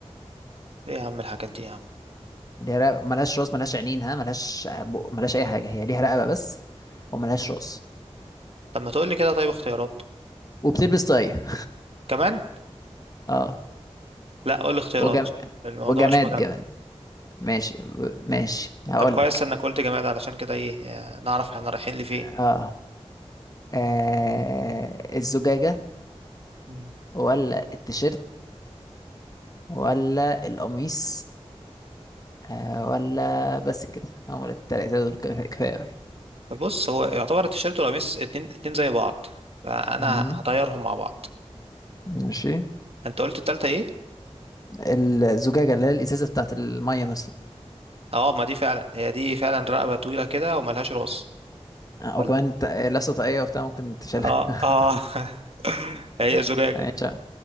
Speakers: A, on the right; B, on the left.
A: ايه يا عم الحاجات دي يا عم
B: دي رقبة ملهاش راس ملهاش عينين ها ملهاش بق ملهاش أي حاجة هي ليها رقبة بس وملهاش راس
A: طب ما تقولي كده طيب اختيارات
B: وبتلبس طاقية
A: كمان
B: اه
A: لا قولي اختيارات
B: وجم...
A: عشان الموضوع
B: وجماد
A: مش مجمع
B: جماد ماشي ماشي هقولك
A: طب كويس انك قلت جماد علشان كده ايه آه، نعرف احنا رايحين لفين
B: اه آه، الزجاجة
A: مم.
B: ولا التيشيرت ولا القميص آه ولا بس كده هو التلاتة دول كفاية كفاية أوي
A: طب بص هو يعتبر التيشيرت والقميص اتنين اتنين زي بعض فانا
B: مم.
A: هطيرهم مع بعض
B: ماشي
A: انت قلت التالتة ايه
B: الزجاجة اللي هي الإزازة بتاعت المية مثلا
A: اه ما دي فعلا هي دي فعلا رقبة طويلة كده وملهاش راس
B: آه،
A: ولا
B: وكمان انت- لابسة طاقية وبتاع ممكن تشيلها
A: اه اه <laughs> هي زجاجة
B: <laughs> ماشي